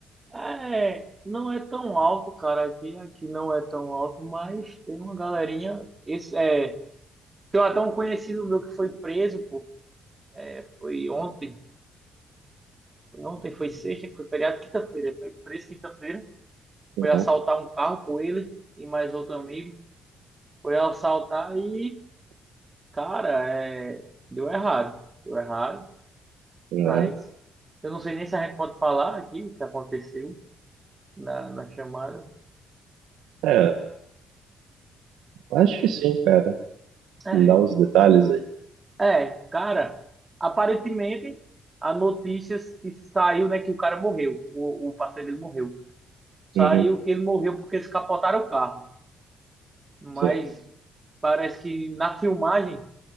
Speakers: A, on the right; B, on the right.
A: É, não é tão alto, cara, aqui, aqui não é tão alto, mas tem uma galerinha, esse é, tem até um conhecido meu que foi preso, pô, foi ontem, ontem foi sexta, que foi feriado, quinta-feira, foi preso quinta-feira,
B: Uhum,
A: foi assaltar um carro com ele e mais outro amigo, foi assaltar e, cara, é, deu errado, deu errado
B: uhum.
A: pra eles. Eu não sei nem se a gente pode falar aqui o que aconteceu na, na chamada.
B: É, acho que sim, cara.
A: É,
B: Me dá os detalhes aí.
A: É, cara, aparentemente a notícia se saiu, né, que o cara morreu, o, o parceiro dele morreu. Saiu
B: Uhum,
A: que ele morreu porque eles capotaram o carro. Mas
B: sim.
A: parece que na filmagem,